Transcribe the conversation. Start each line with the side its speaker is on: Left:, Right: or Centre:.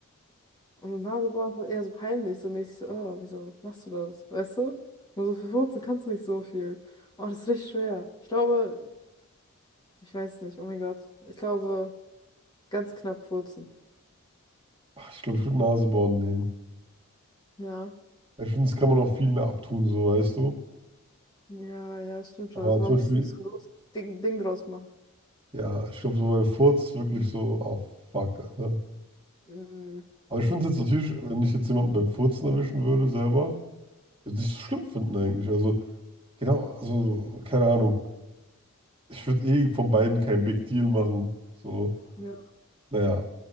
Left: Und Nase boah, ist halt eher so peinlich, so mäßig so, oh, wieso machst du das, weißt du? Nur so für furzen kannst du nicht so viel. Oh, das ist richtig schwer. Ich glaube, ich weiß nicht, oh mein Gott. Ich glaube, ganz knapp furzen.
Right: Ach, ich glaube, ich würde Nasebohren nehmen.
Left: Ja,
Right: Ich finde, das kann man auch viel mehr abtun, so weißt du.
Left: ja, ja, stimmt
Right: Aber
Left: schon. Also
Right: zum
Left: man muss
Right: Beispiel,
Left: nicht so ein großes Ding, Ding draus machen.
Right: Ja, ich glaube, so beim Furz wirklich so, oh fuck. Alter.
Left: Mhm.
Right: Aber ich finde es jetzt natürlich, wenn ich jetzt jemanden beim Furzen erwischen würde, selber, würde ich es schlimm finden eigentlich. Also, genau, also, keine Ahnung. Ich würde eh von beiden kein Big Deal machen. So,
Left: Ja.
Right: naja,